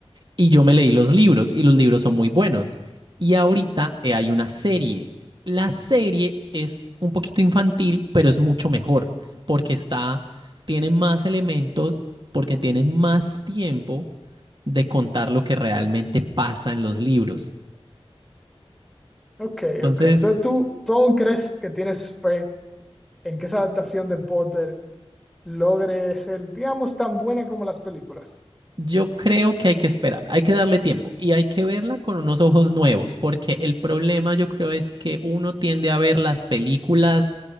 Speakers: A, on the right; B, in the centre.
A: Y yo me leí los libros y los libros son muy buenos. Y ahorita eh, hay una serie. La serie es un poquito infantil, pero es mucho mejor porque está, tiene más elementos, porque tiene más tiempo de contar lo que realmente pasa en los libros.
B: Ok,
A: Entonces,
B: ok. Entonces tú, tú aún crees que tienes fe en que esa adaptación de Potter logre ser, digamos, tan buena como las películas.
A: Yo creo que hay que esperar, hay que darle tiempo y hay que verla con unos ojos nuevos, porque el problema yo creo es que uno tiende a ver las películas